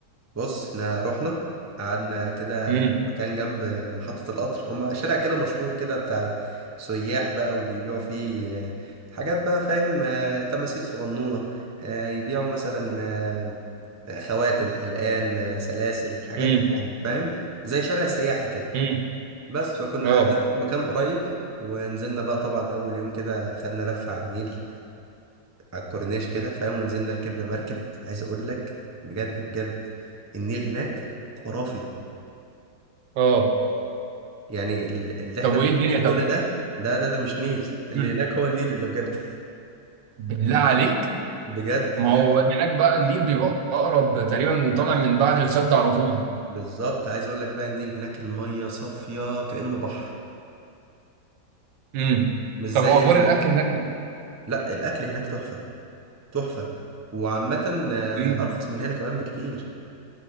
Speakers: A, on the right (about 25°); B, on the right (about 80°).
A: بص احنا رحنا قعدنا كده
B: امم
A: مكان جنب محطة القطر هما شارع كده مشهور كده بتاع سياح بقى وبيبيعوا فيه آه، حاجات بقى فاهم آه، تماثيل صغنونة آه، يبيعوا مثلا آه، خواتم حلقان آه، سلاسل الحاجات
B: امم
A: دي يعني فاهم زي شارع سياحي كده
B: امم
A: بس فكنا
B: أه
A: قاعدين في مكان قريب ونزلنا بقى طبعا أول يوم كده خدنا لفة على النيل على الكورنيش كده فاهم ونزلنا ركبنا مركب عايز أقول لك بجد بجد النيل هناك خرافي
B: أه
A: يعني ال- اللي احنا
B: طب وإيه
A: بنشوفه
B: الدنيا طب؟
A: هنا ده ده ده ده مش نيل اللي
B: مم.
A: هناك هو النيل اللي بجد
B: بالله عليك
A: <laughs> بجد
B: ما
A: لا
B: هو هناك بقى النيل بيبقى أقرب تقريبا طالع من بعد السد على طول
A: بالظبط عايز اقول لك بقى النيل هناك المية صافية كأنه بحر
B: امم
A: مش زي
B: طب وأخبار
A: ال...
B: الأكل هناك
A: لا الأكل هناك تحفة تحفة وعامة آه،
B: فين؟
A: أرخص من هنا كمان بكتير